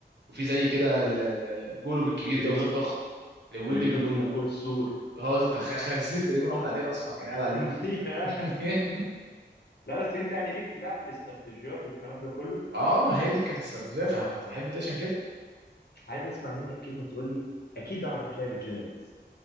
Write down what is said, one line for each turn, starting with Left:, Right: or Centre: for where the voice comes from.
Right: وفي زي كده ال- ال- ال- الجولوم الكبير
Left: اللي
Right: دوت
Left: بينط
Right: الضخم اللي واللي
Left: واللي بينط
Right: بي- ولا
Left: من فوق السور
Right: هو ده بتاع خ- خنزير تقريبا واحد عليه اسمر كان
Left: <laughs>
Right: قاعد عليه
Left: فيها.
Right: <laughs>
Left: لا بس أنت يعني ليك في لعب الاستراتيجيات والكلام ده كله
Right: اه ما هي دي كانت استراتيجيه فانا كنت بحب دي عشان كده
Left: عايز أسمع منك كلمة تقول لي أكيد أعرف لعبة جنرالز